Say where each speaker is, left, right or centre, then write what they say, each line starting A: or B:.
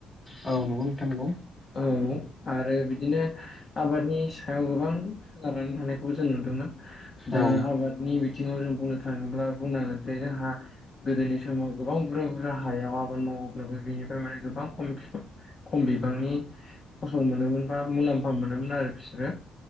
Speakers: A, on the left; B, on the left.
A: औ नंगौ नोंथां नंगौ
B: औ आरो बिदिनो आबादनि सायाव गोबां सोनारनानै थानायखौबो जों नुदोंमोन। दा
A: औ
B: आबादनि बिथिङाव जों बुंनो थाङोब्ला बुंनांगोन जोंहा गोदोनि समाव गोबां बुरजा बुरजा हायाव आबाद माव बिनिफ्राय माने गोबां खम खम बिबांनि फसं मोनोमोन बा मुलाम्फा मोनोम मोनोमोन आरो बिसोरो